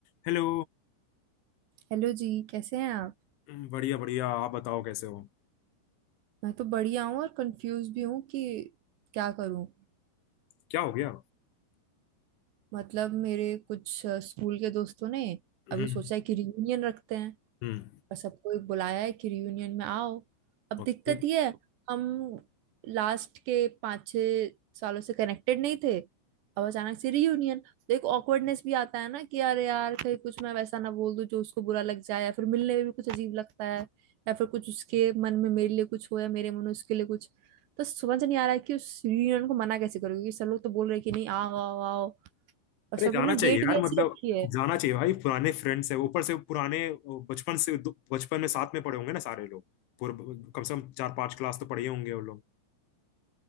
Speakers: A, on the left; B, on the right.
A: हेलो
B: Hello जी कैसे हैं आप
A: हम्म, बढ़िया बढ़िया आप बताओ कैसे हो
B: मैं तो बढ़िया हूँ और कंफ्यूज भी हूँ कि क्या करूँ
A: क्या हो गया
B: मतलब मेरे कुछ अ, स्कूल के दोस्तों ने अभी
A: हम्म
B: सोचा है कि रियूनियन रखते हैं
A: हम्म
B: और सबको एक बुलाया है कि रियूनियन में आओ अब
A: ओके
B: दिक्कत ये है हम लास्ट के पाँच छः सालों से कनेक्टेड नहीं थे अब अचानक से रियूनियन तो एक ऑकवर्डनेस भी आता है ना कि यार यार कहीं कुछ मैं वैसा ना बोल दूं जो उसको बुरा लग जाए या फिर मिलने में भी कुछ अजीब लगता है या फिर कुछ उसके मन में मेरे लिए कुछ हो या मेरे मन में उसके लिए कुछ तो समझ नहीं आ रहा है कि उस रियूनियन को मना कैसे करूँ क्योंकि सब लोग तो बोल रहे हैं कि नहीं आओ आओ आओ और
A: अरे
B: सब
A: जाना
B: लोग ने
A: चाहिए
B: डेट
A: यार
B: भी ऐसी
A: मतलब
B: रखी है
A: जाना चाहिए भाई पुराने फ्रेंड्स है ऊपर से पुराने वो बचपन से बचपन में साथ में पढ़े होंगे ना सारे लोग पूरे कम से कम चार पांच क्लास तो पढ़े ही होंगे वो लोग